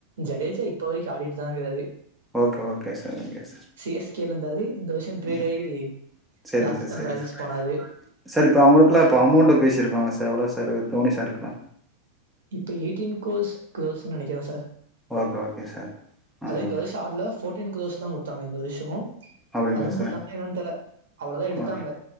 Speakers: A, on the right; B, in the centre.
A: ஜடேஜா இப்போ வரைக்கு ஆடிட்தா இக்கறாரு
B: okay okay sir okay sir
A: C S கேல இந்தாரு இந்த வர்ஷோ டிரேடாயி
B: ம் சரிங்க
A: ராஜஸ்தான்
B: சார் சரிங்க
A: ராயல்ஸ்
B: சார்
A: போனாரு.
B: சார் இப்போ அவுங்ளுக்லா இப்போ அமோண்ட்டு பேசிருப்பங்க சார் எவ்ளோ சார் தோணி சாருக்லா
A: இப்ப எயிட்டீன் கோர்ஸ் க்ரோஸ்சுன் நெனைக்கிறே சார்
B: ஓகே... ஓகே... சார் ஆ ஆ
A: அது இந்த வருஷ சாட்ல ஃபோர்ட்டின் குரோஸ்தா குட்த்தாங்க இந்த வருஷோ
B: அப்படிங்களா
A: அதுங்
B: சார்
A: குட்த்தாங்னா என்னன் தெர்ல அவ்ளதா எடுத்தாங்க.
B: ஆ